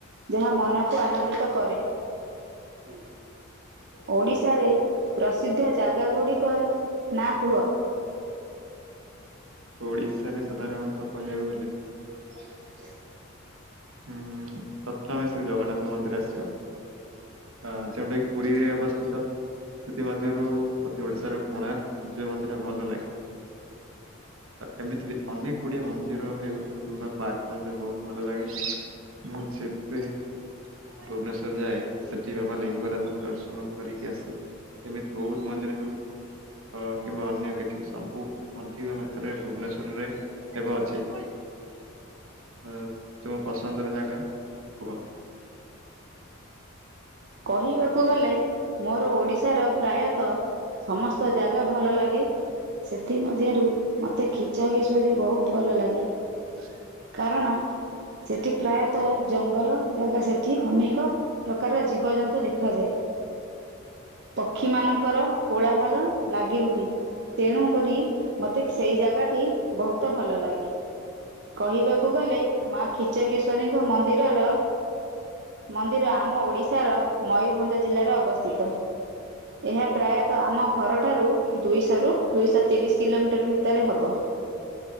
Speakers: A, on the right; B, on the right.
A: ଯାହା ମନକୁ ଆନନ୍ଦିତ କରେ।
B: ହୁଁ
A: ଓଡ଼ିଶାରେ ପ୍ରସିଦ୍ଧ ଜାଗା ଗୁଡ଼ିକ ନାଁ କୁହ?
B: ଓଡ଼ିଶାରେ ସାଧାରଣତଃ କହିବାକୁ ଗଲେ
A: <inaudible>
B: ହୁଁ ପ୍ରଥମେ ଶ୍ରୀ ଜଗନ୍ନାଥ ମନ୍ଦିର ଆସିବ। ହଁ ଯେଉଟା କିି ପୁରୀରେ ଅବସ୍ଥିତ। ସେଥିମଧ୍ୟରୁ ମତେ ଓଡ଼ିଶାର କୋଣାର୍କ ସୂର୍ଯ୍ୟ ମନ୍ଦିର ଭଲ ଲାଗେ।
A: <inaudible>
B: ଏମିତି ବି ଅନେକ ଗୁଡିଏ ମନ୍ଦିର ହେଉ କିମ୍ବା ପାର୍କ ମତେ ବହୁତ ଭଲ ଲାଗେ। ମୁଁ ଯେବେ ଭୁବନେଶ୍ଵର ଯାଏ ସେଠି ବାବା ଲିଙ୍ଗରାଜଙ୍କ ଦର୍ଶନ କରିକି ଆସେ ଏମିତି ବହୁତ ମନ୍ଦିର ହଉ। ଅ କିମ୍ବା ଅନ୍ୟ କିଛି ସବୁ। ଅଧିକ ମାତ୍ରାରେ ଭୁବନେଶ୍ୱର ରେ ହେବ ଅଛି। ଅ ତୁମ ପସନ୍ଦର ଜାଗା କୁହ?
A: କହିବାକୁ ଗଲେ ମୋର ଓଡିଶାର ପ୍ରାୟତଃ ସମସ୍ତ ଜାଗା ଭଲ ଲାଗେ। ସେଥିମଧ୍ୟରୁ ମୋତେ ଖିଚରୀଶ୍ୱରୀ ବହୁତ ଭଲ ଲାଗେ।
B: ହ
A: କାରଣ ସେଠି ପ୍ରାୟତଃ ଜଙ୍ଗଲ ଜାଗା ସେଠି ଅନେକ ପ୍ରକାରର ଜୀବ ଯିବ ଯନ୍ତୁ ଦେଖାଯାଏ ପକ୍ଷୀ ମାନଙ୍କର କୋଳାହାଳ ଲାଗି ରୁହେ। ତେଣୁ କରି ମତେ ସେଇ ଜାଗାଟି ବହୁତ ଭଲ ଲାଗେ। କହିବାକୁ ଗଲେ ମା ଖିଚକେଶ୍ଵରୀଙ୍କ ମନ୍ଦିରର ମନ୍ଦିର ଆମ ଓଡ଼ିଶା ତ ମୟୂରଭଞ୍ଜ ଜିଲ୍ଲାରେ ଅବସ୍ଥିତ। ଏହା ପ୍ରାୟତଃ ଆମ ଘରଠାରୁ ଦୁଇଶହ ର ଦୁଇଶହ ତିରିଶ କିଲୋମିଟର ଭିତରେ ହବ।